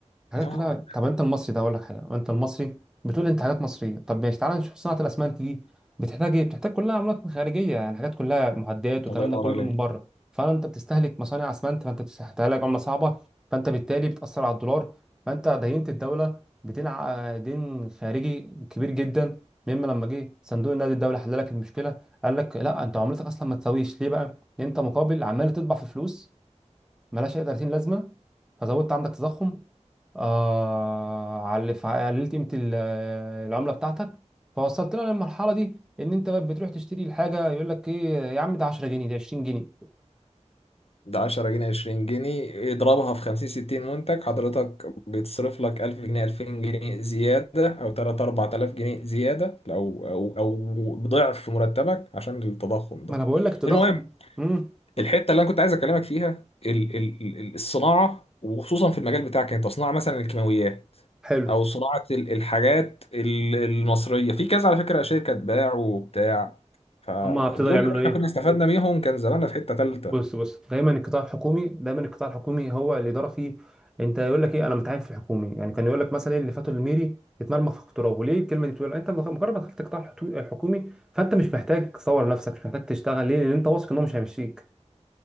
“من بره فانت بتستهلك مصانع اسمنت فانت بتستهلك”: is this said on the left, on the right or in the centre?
Centre